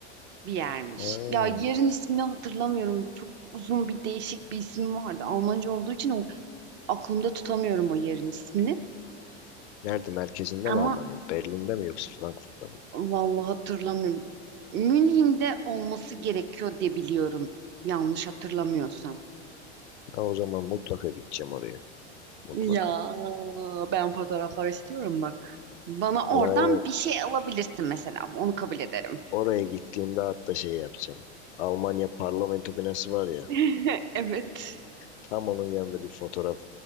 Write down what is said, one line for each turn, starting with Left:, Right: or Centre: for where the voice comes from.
Right: bir yermiş.
Left: Ha.
Right: Ya yerin ismini hatırlamıyorum. Çok uzun bir değişik bir isim vardı. Almanca olduğu için o, aklımda tutamıyorum o yerin ismini.
Left: Nerede? Merkezinde mi
Right: Ama
Left: Almanya? Berlin'de mi yoksa Frankfurt'ta mı?
Right: vallahi hatırlamıyorum. Münih'de olması gerekiyor diye biliyorum. Yanlış hatırlamıyorsam.
Left: Ha, o zaman mutlaka gideceğim oraya. Mutlaka.
Right: Ya ben fotoğraflar istiyorum bak. Bana oradan
Left: Oraya,
Right: bir şey alabilirsin mesela. Onu kabul ederim.
Left: oraya gittiğimde hatta şey yapacağım. Almanya parlamento binası var ya.
Right: <laughs> Evet.
Left: Tam onun yanında bir fotoğraf